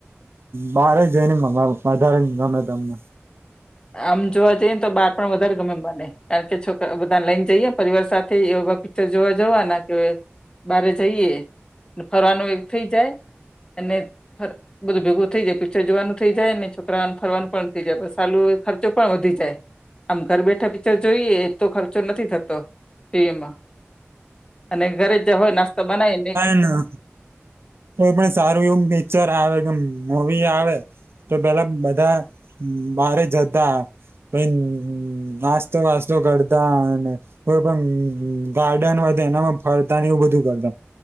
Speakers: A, on the right; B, on the left.
A: બારે જઈને મંગાવું વધારે ગમે તમને?
B: આમ જોવા જઈને તો બાર પણ વધારે ગમે મને. કારણ કે છોકરા બધાને લઈન જઈએ પરિવાર સાથે એવા પિક્ચર જોવા જવા ના કે બારે જઈએ ને ફરવાનું એક થઈ જાય અને ફર બધું ભેગું થઈ જાય પિક્ચર જોવાનું થઈ જાય ને છોકરાને ફરવાનું પન થઈ જાય. પણ સાલું એક ખર્ચો પણ વધી જાય. આમ ઘર બેઠા પિક્ચર જોઈએ એ તો ખર્ચો નથી થતો, ટીવીમાં. અને ઘરે જ હોય નાસ્તો બનાયને.
A: હા. કોઈ પણ સારું એવું પિક્ચર આવે કે મુવી આવે. તો પેલા બધા, મારે જતા. પ નાસ્તો વાસ્તો કરતા અને. કોઈ પણ ગાર્ડન વધ એનામાં ફરતા એવું બધું કરતા.